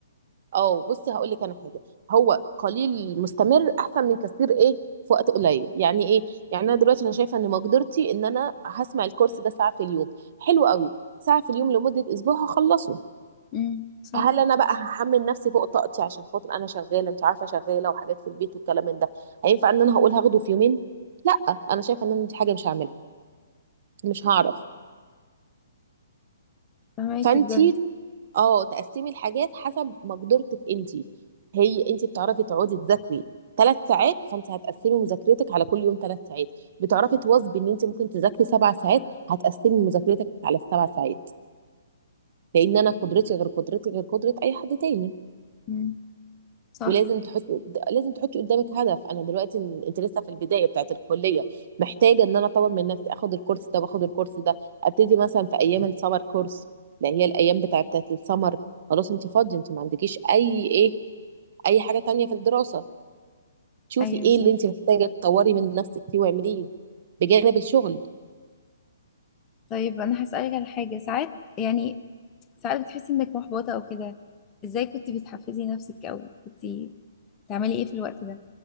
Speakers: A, on the right; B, on the left.
A: اه بصي هقول لك انا حاجه هو قليل مستمر احسن من كثير ايه في وقت قليل يعني ايه يعني انا دلوقتي انا شايفه ان مقدرتي ان انا هسمع الكورس ده ساعه في اليوم حلو قوي ساعه في اليوم لمده اسبوع هخلصه
B: امم صح
A: هل انا بقى هحمل نفسي فوق طاقتي عشان خاطر انا شغاله مش عارفه شغاله وحاجات في البيت والكلام من ده هينفع ان انا هقول هاخده في يومين لا انا شايفه ان انا دي حاجه مش هعملها مش هعرف
B: فهماكي
A: فانتي
B: بجد
A: اه تقسمي الحاجات حسب مقدرتك انتي هي انتي بتعرفي تقعدي تذاكري ثلاث ساعات فانت هتقسمي مذاكرتك على كل يوم ثلاث ساعات بتعرفي تواظبي ان انت ممكن تذاكري سبع ساعات هتقسمي مذاكرتك على السبع ساعات لان انا قدرتي غير قدرتي غير قدره اي حد تاني
B: امم صح
A: ولازم تحط لازم تحطي قدامك هدف انا دلوقتي إن- انت لسه في البدايه بتاعت الكليه محتاجه ان انا اطور من نفسي اخد الكورس ده واخد الكورس ده ابتدي مثلا في ايام السمر كورس اللي هي الايام بتاعت بتاعت السمر خلاص انت فاضيه انت ما عندكيش اي ايه اي حاجه تانية في الدراسه شوفي
B: ايوه
A: ايه
B: صح
A: اللي انت محتاجه تطوري من نفسك فيه واعمليه بجانب الشغل
B: طيب انا هسألك على حاجه ساعات يعني ساعات بتحسي انك محبطة او كده ازاي كنت بتحفزي نفسك او كنت بتعملي ايه في الوقت ده